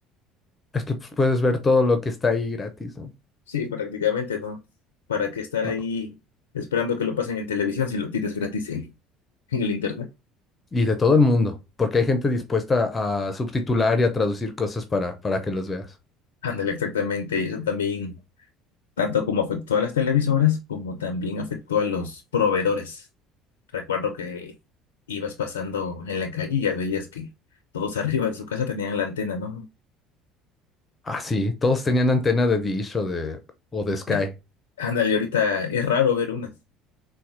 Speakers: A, on the left; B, on the left.
A: Es que pues, puedes ver todo lo que está ahí gratis, ¿no?
B: Sí, prácticamente, ¿no? ¿Para qué estar
A: No,
B: ahí esperando que lo pasen en televisión si lo tienes gratis en, en el internet?
A: Y de todo el mundo, porque hay gente dispuesta a subtitular y a traducir cosas para, para que los veas.
B: Ándale, exactamente. Y eso también, tanto como afectó a las televisoras, como también afectó a los proveedores. Recuerdo que ibas pasando en la calle y ya veías que todos <laughs> arriba de su casa tenían la antena, ¿no?
A: Ah, sí, todos tenían antena de Dish o de, o de Sky.
B: De- Ándale, ahorita es raro ver unas.